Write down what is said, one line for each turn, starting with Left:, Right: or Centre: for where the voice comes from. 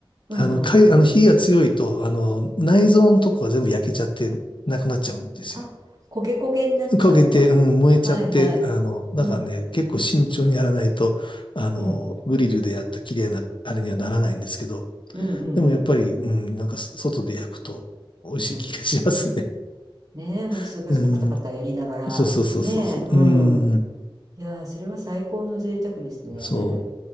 Right: うんうん。
Left: あの、か、あの火が強いと、あの、内臓のとこが全部焼けちゃってなくなっちゃうんですよ。
Right: あ、焦げ焦げになっちゃうんだ。
Left: 焦げて、うん、燃えちゃって、
Right: はいはい。
Left: あの、だからね、
Right: うん、
Left: 結構慎重にやらないと、あの、
Right: うん、
Left: グリルでやった綺麗な、あれにはならないんですけど、
Right: うん、うん、うん、
Left: でもやっぱり、うん、なんか外で焼くと美味しい気がしますね。
Right: うん。ねえ、ほんとそれこそパタパタやりながら。
Left: <laughs> うん、そうそうそうそうそう、
Right: ねえ、うん。
Left: うん、
Right: いやー、それは最高の贅沢ですね。
Left: そ